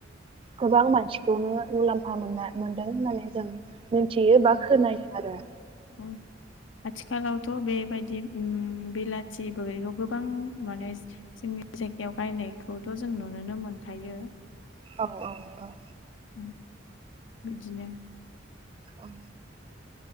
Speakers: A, on the right; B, on the left.
A: गोबां मानसिखौनो मुलाम्फा मोन मोनदों होननानै जों मिथियो बा
B: औ
A: खोनायो आरो
B: औ आथिखालावथ' बेबायदि उम बिलाथि बैग्रिखौ गोबां माने जोंनि जायगायाव बायनायखौथ' जों नुनोनो मोनखायो।
A: औ औ।
B: उम बिदिनो
A: औ।